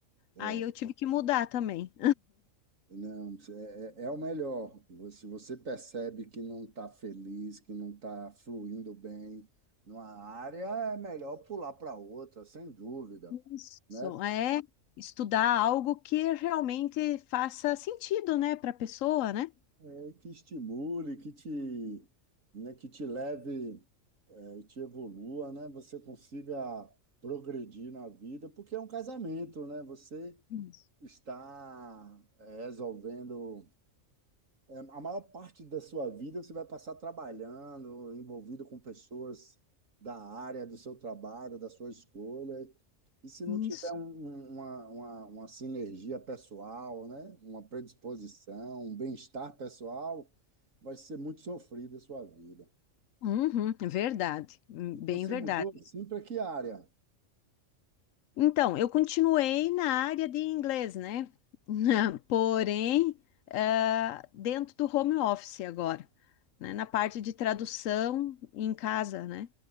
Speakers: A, on the right; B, on the left.
A: e,
B: Aí
A: é,
B: eu tive que mudar também.
A: não, é, é é o melhor. Se você percebe que não está feliz, que não está fluindo bem numa área, é melhor pular para outra, sem dúvida,
B: Isso,
A: né?
B: é estudar algo que realmente faça sentido, né, para a pessoa, né?
A: É Que estimule, que te, né, que te leve. a gente evolua, né? Você consiga progredir na vida, porque é um casamento, né? Você
B: Isso.
A: está eh, resolvendo eh, a maior parte da sua vida você vai passar trabalhando, envolvido com pessoas da área do seu trabalho, da sua escolha. E se não tiver
B: Isso.
A: um- um- uma, uma, uma sinergia pessoal, né? Uma predisposição, um bem-estar pessoal, vai ser muito sofrida a sua vida.
B: Uhum, verdade, bem
A: E você
B: verdade.
A: mudou assim para que área?
B: Então, eu continuei na área de inglês, né? <laughs> Porém, ah, dentro do home office agora, né? Na parte de tradução em casa, né?